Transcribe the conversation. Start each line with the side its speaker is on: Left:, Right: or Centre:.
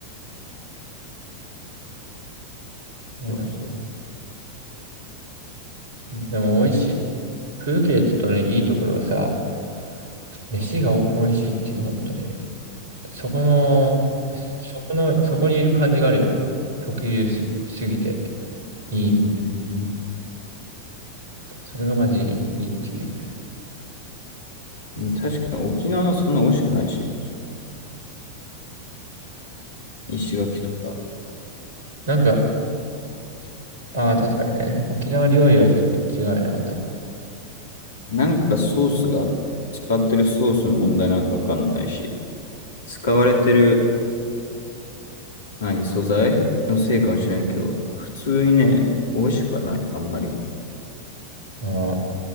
Right: いや、
Left: そうそう。
Right: ま、でも美味しい。プーケットのいいところはさ、飯がお美味しいっていう、本当に。そこの、そこの、そこにいる感じがあるやん。特有す、すぎて、いい。
Left: うん。うん
Right: それがマジいいっていう。
Left: 確かに沖縄のそんな美味しくないし、石垣とか。
Right: なんか、ああ、確かにね。沖縄料理はちょっと違うよね、また。あ
Left: なんかソースが、使ってるソースの問題なんかわかんないし、使われてる何素材のせいかもしれないけど、普通にね、美味しくはない、あんまり。
Right: ー